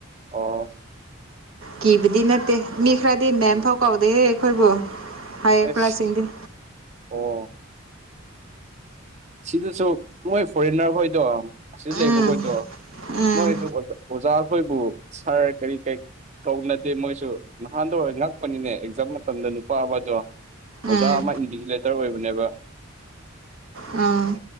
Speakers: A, on the right; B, on the right.
A: ꯑꯣ
B: ꯀꯤꯕꯗꯤ ꯅꯠꯇꯦ ꯃꯤ ꯈꯔꯗꯤ
A: ꯎꯝ
B: ꯃꯦꯝꯐꯥꯎ ꯀꯥꯎꯗꯦꯍꯦ ꯑꯩꯈꯣꯏꯕꯨ ꯍꯥꯏꯌꯦ
A: ꯑꯁ
B: ꯈꯔꯁꯤꯡꯗꯤ
A: ꯑꯣ ꯁꯤꯗꯁꯨ ꯃꯣꯏ ꯐꯣꯔꯦꯟꯅꯔ ꯍꯣꯏꯗꯣ ꯑꯁꯤ ꯂꯩꯕꯈꯣꯏꯗꯣ
B: ꯎꯝ ꯎꯝ
A: ꯃꯣꯏꯁꯨ ꯑꯣꯖꯥꯈꯣꯏꯕꯨ ꯁꯥꯔ ꯀꯔꯤ ꯀꯔꯤ ꯀꯧꯅꯗꯦ ꯃꯣꯏꯁꯨ ꯅꯍꯥꯟꯗꯣ ꯉꯛꯄꯅꯤꯅꯦ ꯑꯦꯛꯖꯥꯝ ꯃꯇꯝꯗ ꯅꯨꯄꯥ ꯑꯃꯗꯣ ꯑꯣꯖꯥ
B: ꯎꯝ
A: ꯑꯃ ꯏꯟꯚꯦꯟꯇꯤꯂꯦꯇꯔ ꯑꯣꯏꯕꯅꯦꯕ꯫
B: ꯑꯥ꯫